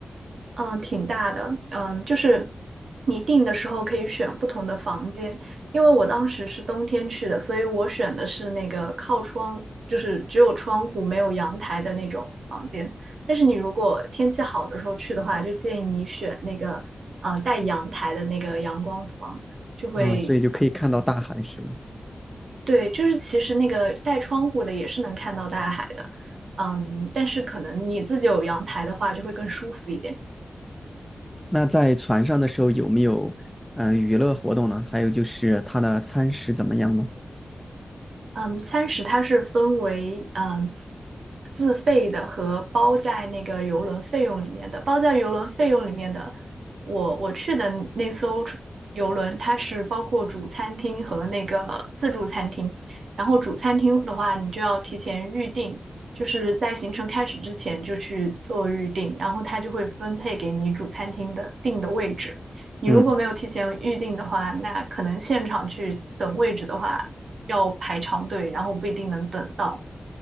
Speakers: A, on the right; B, in the centre.
A: 嗯，挺大的，嗯，就是你订的时候可以选不同的房间，因为我当时是冬天去的，所以我选的是那个靠窗，就是只有窗户没有阳台的那种房间。但是你如果天气好的时候去的话，就建议你选那个呃带阳台的那个阳光房，就会，
B: 啊、所以就可以看到大海是吧？
A: 对，就是其实那个带窗户的也是能看到大海的，嗯，但是可能你自己有阳台的话就会更舒服一点。
B: 那在船上的时候有没有嗯、呃娱乐活动呢？还有就是它的餐食怎么样呢？
A: 嗯，餐食它是分为嗯自费的和包在那个邮轮费用里面的。包在邮轮费用里面的，我我去的那艘出邮轮，它是包括主餐厅和那个自助餐厅。然后主餐厅的话，你就要提前预定，就是在行程开始之前就去做预定，然后它就会分配给你主餐厅的定的位置。你如果没有提前预定的话，
B: 嗯。
A: 那可能现场去等位置的话。要排长队，然后不一定能等到。